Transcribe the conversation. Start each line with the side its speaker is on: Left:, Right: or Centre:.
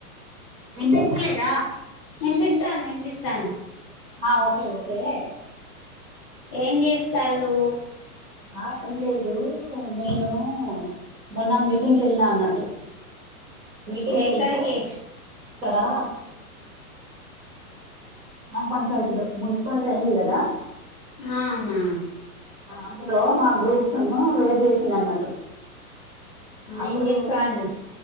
Right: విపిస్తలేదా
Left: వినిపిస్తాంది వినిపిస్తాంది
Right: ఆ ఓకే ఓకే
Left: ఏం చేస్తాలు
Right: ఆ ఏం లేదు నేను మొన్న మీటింగ్కి వెళ్ళినా అన్నట్టు మీటింగ్కి
Left: ఎక్కడికి
Right: వెళ్తే తడా గ్రామ్ పంచాయతులు మున్సిపల్టీ ఐంది కదా
Left: అవునా
Right: అందులో మా గ్రూప్స్ ను వేర్ చేసిండ్రు అన్నట్టు అప్పుడు
Left: ఏం చెప్పాళ్ళు